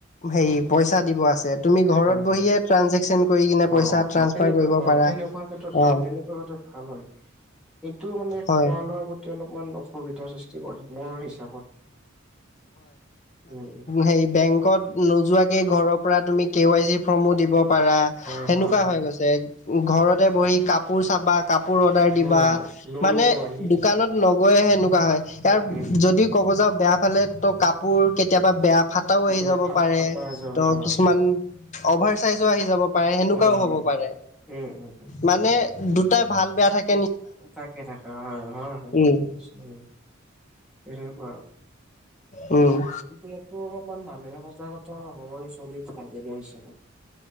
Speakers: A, on the left; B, in the centre.
A: হেই পইচা দিব আছে। তুমি ঘৰত
B: হয় হয়
A: বহিয়ে
B: হয়।
A: ট্ৰানজেকচন কৰি কিনে পইচা
B: অ
A: ট্ৰাঞ্চফাৰ
B: অ তেনেকুৱা
A: কৰিব
B: অ
A: পাৰা
B: তেনেকুৱা ক্ষেত্ৰত ভাল
A: অ'।
B: তেনেকুৱা ক্ষেত্ৰত ভাল হয় এইটো মানে,
A: হয়
B: খোৱা লোৱাৰ পত তি অলপমান অসুবিধাৰ সৃষ্টি কৰে মৰ হিচাপত উম, উ,
A: হেই বেংক কত নোযোৱাকেই ঘৰৰ পৰা তুমি কে ৱাই চি ফৰ্মো দিব পাৰা
B: হয়
A: সেনেকুৱা
B: হয় হয়
A: হৈ গৈছে। ঘৰতে বহি কাপোৰ চাবা, কাপোৰ অৰ্ডাৰ দিবা
B: অ লোন
A: মানে,
B: ল'ব পাৰি
A: দোকানত নগৈহে এনেকুৱা হয়, <unintelligible>
B: উম উম।
A: যদি ক'ব যাওঁ বেয়া ফালে ত কাপোৰ কেতিয়াবা বেয়া ফাত টাও আহি
B: বেয়া
A: যাব
B: ফাপ
A: পাৰে,
B: ফাপা যায়
A: ত
B: হয়
A: কিছুমান
B: হয়
A: অভাৰ চাইজও আহি যাব সেনেকুৱাও
B: হয় হয়
A: হ'ব
B: হয়
A: পাৰে
B: উম উম উম।
A: মানে, দুটা ভাল-বেয়া থাকি
B: থাকে, থাকে হয়, হয়, হয়
A: উম
B: নিশ্চয় তেনেকুৱা আৰু।
A: উম,
B: তে ইয়াতো অলপমান মানুহে সজাগত হৈ চলিব লাগে মোৰ হিচাপত।